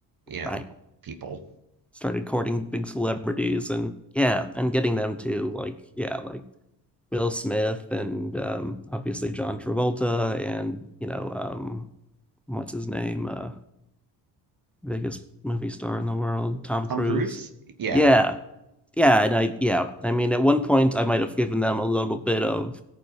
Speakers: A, on the right (about 50°); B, in the centre.
A: you know,
B: right
A: people.
B: started courting big celebrities and yeah, and getting them to like yeah like Will Smith and um, obviously John Travolta and you know um, what's his name uh, biggest movie star in the world Tom
A: Tom
B: Cruise.
A: Cruise? Yeah.
B: Yeah, yeah, and I yeah, I mean at one point I might have given them a little bit of